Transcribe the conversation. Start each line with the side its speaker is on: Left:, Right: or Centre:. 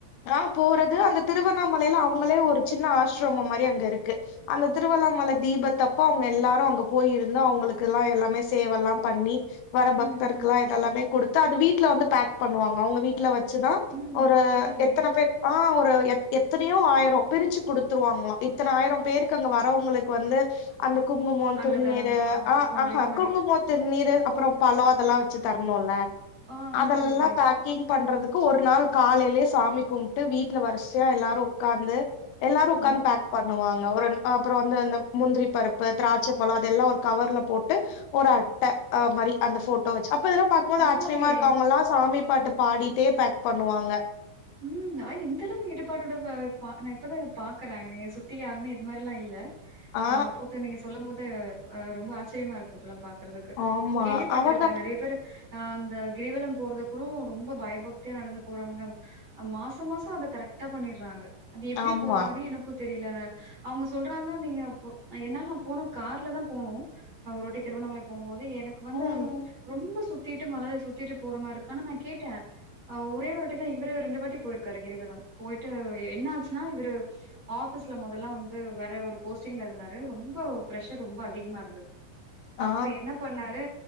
Left: ஆஹ் போறது அந்த திருவண்ணாமலையில் அவங்களே ஒரு சின்ன ஆசிரம மாதிரி அங்கே இருக்கு அந்த திருவண்ணாமலை தீபத்தப்போ அவங்க எல்லாரும் அங்கே போயிருந்து அவங்களுக்கெல்லாம் எல்லாமே சேவைல்லாம் பண்ணி வர பக்தர்க்குலா
Right: ம்ஹ்ம்.
Left: இதல்லாமே குடுத்து அது வீட்ல வந்து பேக் பண்ணுவாங்க அவ்ங்க வீட்ல வச் சி தா
Right: ம்.
Left: ஒரு
Right: பரவாயில்லயே!
Left: எத்தன பேர் ஆ ஒரு எத் எத்தனயோ ஆயிரோ பிரிச்சு குடுத்துருவாங்களா இத்தன ஆயிர பேருக்கு அங்க வரவங்களுக்கு வந்து அந்தக் குங்குமோம்
Right: அன்னதானம்.
Left: திருநீரு ஆ
Right: ஓ! அந்த
Left: அ ஹா
Right: இது மாரி.
Left: குங்குமோ திருநீரு அப்புறோ
Right: ஓ!
Left: பழ அதல்லா வ சி தர்ணுல்ல
Right: ஆ
Left: அதல்லா
Right: சரி, சரி.
Left: பேக்கிங் பண்றதுக் கு ஒரு நாள் காலலயே சாமி கும்ட்டு வீட்ல வரிசியா எல்லாரு உக்காந்து எல்லாரு உக்காந்து
Right: ஆ
Left: பேக் பண்ணுவாங் க ஒரு அப்றோ வந்து அந்த முந்திரி பருப்பு த்ராச்சபழ அதெல்லா ஒரு கவர்ல போட்டு ஒரு அட்ட மாரி அந்த ஃபோட்டோ வச்சி அப்ப இதெலா மோது
Right: பரவாயில்லயே!
Left: ஆச்சரியமா இருக்க அவங்கல்லா சாமி பாட்டு பாடிட்டே பேக் பண்ணுவாங்க
Right: ம் ஆனா இந்தளவு ஈடுபாடோட ச பா நா இப்பதா பாக் கற என சுத்தி யாருமே இது மாரிலா இல்ல
Left: ஆ
Right: அ பூத்து நீங்க சொல்லம் போது ஆ ரொம்ப ஆச்சிரியமா இருக்கு இப்பல்லா பாக் கறதுக்கு
Left: ஆமா
Right: கேள்விப்பட்ருக்க
Left: அவங்க
Right: நெறைய பேரு ஆ அந்த கிரிவலம் போறது கூடு ரொம்ப பயபக்தியா நடந்து போறவங்க மாச மாச அத கரெக்ட்டா பண்ணிர்றாங்க அதெப்டி
Left: ஆமா
Right: போறாங்கனே எனக்குத் தெரிலங்க அவங்க சொல்றாங்க நீங்க போ என்னால நா போனோ கார்லதா போனோ ஆ ஒருவாட்டி திருவண்ணாமலைக் போம்போது எனக்கு வந்து
Left: ம்
Right: ரொம்ப சுத் தீட்டு மலய சுத்திட்டு போற மார் இருக்கு ஆனா நா கேட்டன் அ ஒரே ஒருடட்டடி இவரு ரெண்டு வாட் டி போயிருக்காரு கிரிவல போய்ட்டு என்னாச்சின்னா இவரு ஆஃபீஸ்ல மொதல்லா வந்து வேற ஒரு போஸ்டிங்ல இருந்தாரு ரொம்போ ஃரெஷர் ரொம்ப அதிக்மா இருந்துது அப்ப
Left: ஆ
Right: என்ன பண்ணாரு